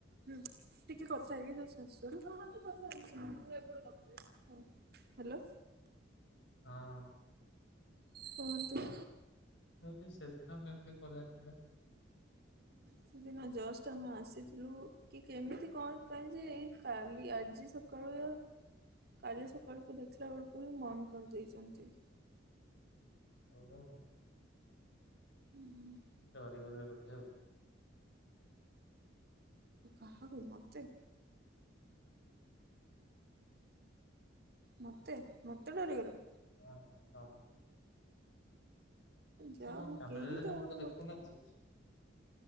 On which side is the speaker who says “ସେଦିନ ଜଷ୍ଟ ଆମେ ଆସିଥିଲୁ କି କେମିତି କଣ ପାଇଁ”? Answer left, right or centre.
Right